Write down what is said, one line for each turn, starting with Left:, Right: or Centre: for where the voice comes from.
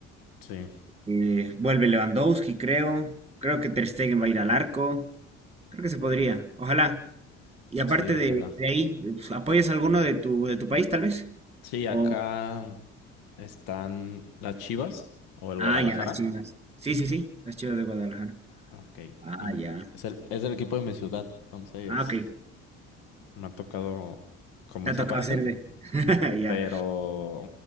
Left: Sí,
Right: Eh, vuelve Lewandowski, creo. Creo que Ter Stegen va a ir al arco. Creo que se podría, ojalá. Y aparte
Left: sí, ojalá.
Right: de, de ahí, pues, ¿apoyas a alguno de tu, de tu país, tal vez?
Left: Sí,
Right: O...
Left: acá están las Chivas o el Guadalajara.
Right: Ah, ya, las chivas. Sí, sí, sí, las chivas de Guadalajara.
Left: Ok.
Right: Ah,
Left: Y
Right: ya.
Left: es el, es el equipo de mi ciudad, entonces
Right: Ah, ok.
Left: me ha tocado como
Right: Te
Left: esa
Right: ha tocado
Left: parte,
Right: hacer de... <laughs> Ya.
Left: pero